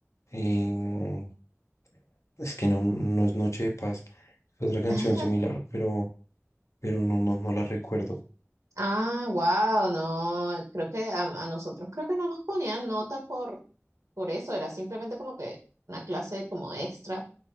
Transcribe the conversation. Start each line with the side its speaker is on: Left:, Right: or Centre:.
Left: eh, Es que no, no es Noche de Paz, es otra canción
Right: <laughs>
Left: similar, pero, pero no, no, no la recuerdo.
Right: Ah, wow, no, creo que a, a nosotros creo que no nos ponían nota por, por eso, era simplemente como que una clase como extra